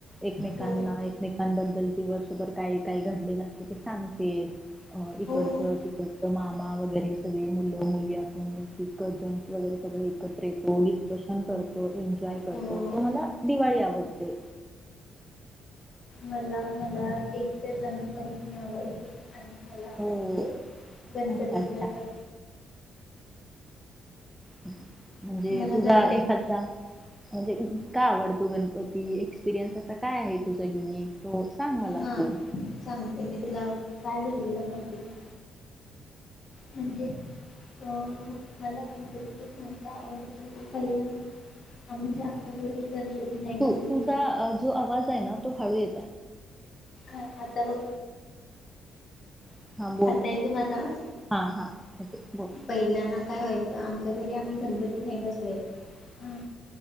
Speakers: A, in the centre; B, on the left.
A: एकमेकांना
B: हो
A: एकमेकांबद्दल वर्षभर काय-काय घडलेलं असते ते सांगते इकडचं
B: हो हो
A: तिकडचं मामा वगैरे सगळं मुलं-मुलगी असून कजन्स वगैरे सगळं एकत्र येतो डिस्कशन करतो, इन जॉय करतो,
B: हो
A: तो मला दिवाळी आवड इत्ते
B: मला-मला एकतर रंगपंचमी आवडते आणि मला आवडते
A: हो.
B: गणपतीचे
A: अच्छा अच्छा
B: सण
A: हम्म म्हणजे
B: मला
A: तुझा
B: गणपती
A: एखादा म्हणजे का आवडतो गणपती एक्सपिरियन्स असा काय आहे तुझा युनिक? हो सांग मला
B: हा
A: तू
B: सांगते मी तुला काय झालेलं माहिती का म्हणजे अ मला गणपतीचा सण का आवडतो पहिला म्हणजे आमच्या घरी गणपती नाही बसायचा
A: तु तुझा जो आवाज आहे ना तो हाळू ये
B: अ आता बघ
A: हा बोल
B: आता येतो माझा आवाज
A: हा हा ओके बोल.
B: पहिल्याना काय व्हायचं? आमच्या घरी आम्ही गणपती नाही बसवायचे, हा